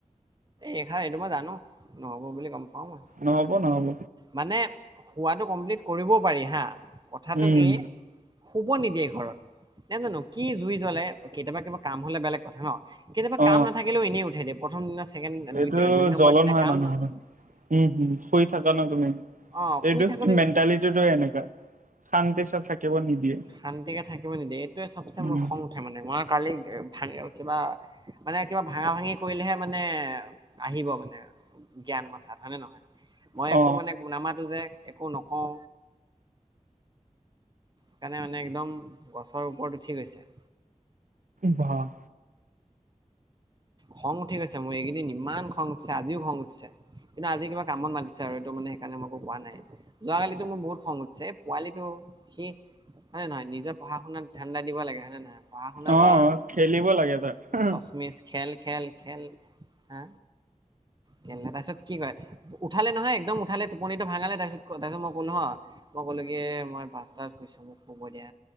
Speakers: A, on the right; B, on the right.
A: এইষা এইটো মই জানো নহ'ব বুলি গম পাঁও মই।
B: নহব নহব
A: মানে হোৱাটো কমপ্লিট কৰিবও পাৰি হা কথাটো
B: উম
A: কি শুব নিদিয়ে ঘৰত নে জানো কি জুই জ্বলে কেতিয়াবা কেবা কাম হলে বেলেগ কথা ন কেতিয়াবা
B: অ
A: কাম নাাকিলেও এনেই উঠাই দিয়ে প্ৰথম দিনা চে চেকেণ্ড
B: এইটো
A: দুই নম্বৰ
B: জ্বলন
A: দিনা
B: হয়
A: কাম
B: মানুহৰ
A: নহ।
B: উম হম শুই থাকা ন তুমি
A: অ
B: এইটো
A: শুই থাকোতে
B: মেণ্টেলিটিটোৱে এনেকা। শান্তি চব থাকিব নিদিয়ে।
A: শান্তিকে থাকিব নিদিয়ে এইটোৱে চবচে
B: উম,
A: মোৰ খং উঠে মানে মই কালি ভাঙি কিবা মানে কিবা ভাঙা ভাঙি কৰিলেহে মানে আহিব মানে জ্ঞান মাথাত হয়নে নে নহয়। মই
B: অ
A: একো মানে নামাতো যে একো নকওঁ। সেইকাৰণে মানে একদম গছৰ ওপৰত উঠি গৈছে।
B: বাহ।
A: খং উঠি গৈছে মোৰ এইগেদিন ইমান খং উঠিছে আজিও খং উঠিছে। কিন্তু আজি কিবা কামত মাতিছে আৰু এইটো মানে সেইকাৰণে মই কোৱা নাই যোৱাকালিতো মোৰ বহুত খং উঠছে। পোৱালিটো সি <unintelligible> হয় নে নহয় নিজৰ পঢ়া শুনাত ধান্দা দিব লাগে হয় নে নহয়। <unintelligible>
B: অ
A: কৰ
B: অ খেলিব লাগে তাক হে হে।
A: চচমিচ খেল খেল খেল হা খেলে তাপিছত কি কয়। <unintelligible> উঠালে নহয় একদম উঠালে। টোপনী টো ভাঙালে তাৰপিছত তাৰপিছত মই কলো হ মই কলো কি মই পচটাত শুইছো মোক শুব দিয়া।